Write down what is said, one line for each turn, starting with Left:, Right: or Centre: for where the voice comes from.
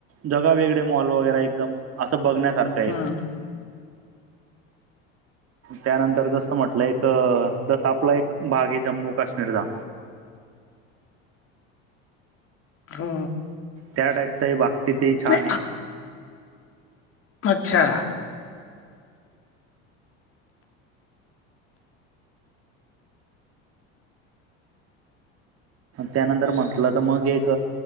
Right: जगा वेगळे मॉल वगैरे एकदम असं बघण्यासारखं
Left: हं.
Right: त्यानंतर तसं म्हटलं एक जसा आपला एक भाग आहे जम्मू काश्मीरचा
Left: हो
Right: त्या टाईपचाही बागती ते छान
Left: नाही
Right: आहे
Left: आप अच्छा
Right: त्यानंतर म्हटलं तर मग एक